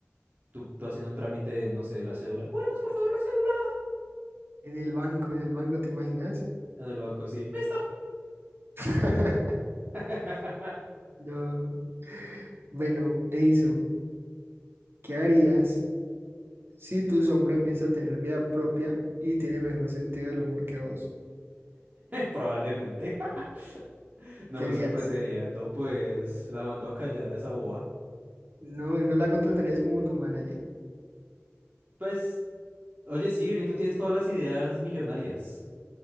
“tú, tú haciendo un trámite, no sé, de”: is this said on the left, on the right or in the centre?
Right